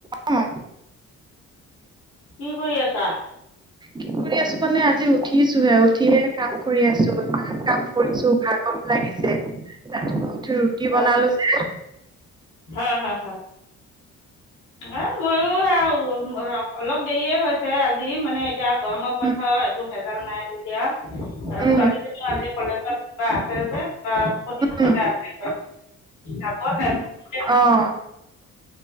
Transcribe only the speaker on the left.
কি কৰি আছা?
অ',
হয় হয় হয়। এ মইো অলপ দেৰিয়ে হৈছে আজি মানে এতিয়া গৰম বন্ধ
একো ভেজাল নাই যেতিয়া
ছোৱালীজনীও আজি কলেজত কিবা আছে যে কিবা প্ৰতিযোগিতা
আছে যাব তাই। মাতিলে